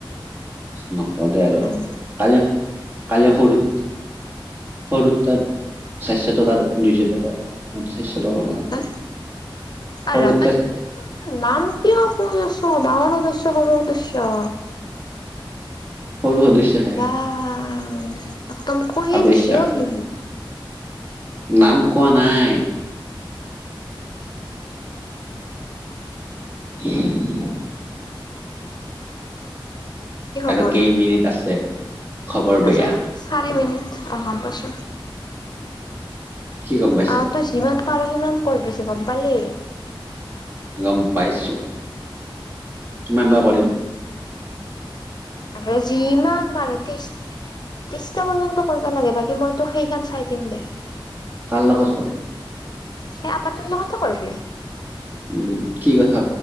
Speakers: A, on the right; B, on the left.
A: নকলে আৰু
B: <unintelligible>
A: কালি কালি সৰুত সৰুৰ তাত চাৰিশ টকা দুইশ টকা চাৰিশ টকা
B: কি কৈছ তই
A: সৰু
B: আৰু ৰ তই
A: তাত
B: কি নাম কিয় কৈ আছো ডাঙৰ সদস্য সৰু সদস্য
A: সৰু সদস্যহে
B: আহ একদম কৈয়ে
A: সদস্য
B: দিছে অ
A: হে।
B: সি
A: নাম কোৱা নাই <inaudible>
B: কি খবৰ
A: আৰু কেইমিনিট আছে, খবৰ
B: আছে
A: বেয়া
B: চাৰি মিনিট অ গম পাইছো
A: কি গম পাইছে
B: অ তই যিমান পাৰ সিমান কৰবি গম পালি
A: গম পাইছো কিমান বা কৰিম
B: আৰু যি ইমান পাৰ তেষ্টি <unintelligible> কৰিব লাগে বাকী মইতো সেইখন চাই দিম দে
A: <unintelligible>
B: সেই আপাটোৰ লগতো কৰবি
A: উম কি কথা